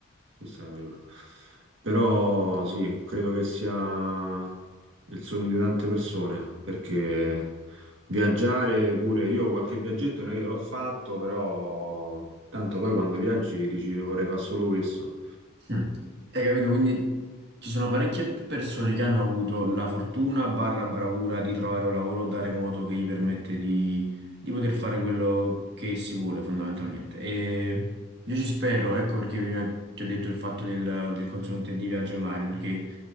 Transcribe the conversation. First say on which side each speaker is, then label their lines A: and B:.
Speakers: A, on the right (about 80°); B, on the right (about 55°).
A: questa è la prima. Però sì, credo che sia il sogno di tante persone, perché viaggiare pure, io qualche viaggetto nella vita l'ho fatto, però tanto poi quando viaggi dici vorrei fare solo questo.
B: Mm. Hai capito? Quindi ci sono parecchie p- persone che hanno avuto la fortuna barra bravura di trovare un lavoro da remoto che gli permette di, di poter fare quello che si vuole fondamentalmente. E io ci spero, ecco perché prima ti ho detto il fatto del, del consulente di viaggio online, perché